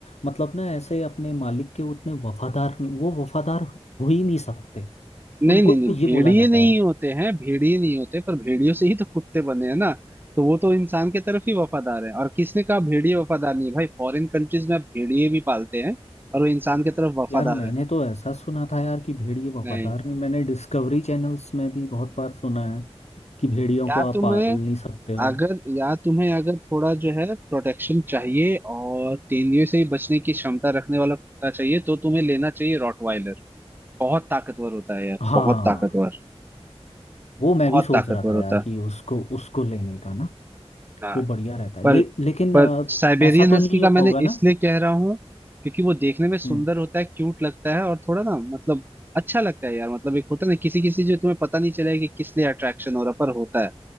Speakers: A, on the left (about 80°); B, on the right (about 20°).
A: मतलब ना ऐसे अपने मालिक के उतने वफादार नहीं वो वफादार हो ही नहीं सकते
B: नहीं
A: उनको
B: नहीं नहीं भेड़िए
A: ये बोला जाता
B: नहीं
A: है
B: होते हैं भेड़िए नहीं होते पर भेड़ियों से ही तो कुत्ते बने हैं ना तो वो तो इंसान के तरफ ही वफादार है और किसने कहा भेड़िए वफादार नहीं है भाई फॉरेन कंट्रीज में आप भेड़िए भी पालते हैं और वो इंसान के तरफ वफादार
A: यार मैंने
B: है
A: तो ऐसा सुना था यार कि भेड़िए वफादार
B: नहीं
A: नहीं मैंने डिस्कवरी चैनल्स में भी बहुत बार सुना है कि भेड़ियों
B: या
A: को आप
B: तुम्हें
A: पाल नहीं सकते हो
B: अगर या तुम्हें अगर थोड़ा जो है प्रोटेक्शन चाहिए और तेंदुए से ही बचने की क्षमता रखने वाला कुत्ता चाहिए तो तुम्हें लेना चाहिए रॉटवाइलर बहुत ताकतवर होता है यार
A: हाँ
B: बहुत ताकतवर
A: वो मैं
B: बहुत
A: भी सोच
B: ताकतवर
A: रहा था
B: होता
A: यार
B: है
A: कि उसको उसको लेने का ना
B: हाँ।
A: वो बढ़िया रहता है
B: पर
A: ले, लेकिन
B: पर
A: अ,
B: साइबेरियन
A: ऐसा तो
B: हस्की
A: नहीं
B: का मैंने
A: होगा ना
B: इसलिए कह रहा हूँ क्योंकि वो देखने में सुंदर
A: हम्म
B: होता है क्यूट लगता है और थोड़ा ना मतलब अच्छा लगता है यार मतलब एक होता है ना किसी किसी जो तुम्हें पता नहीं चलेगा कि किस लिए अट्रैक्शन हो रहा पर होता है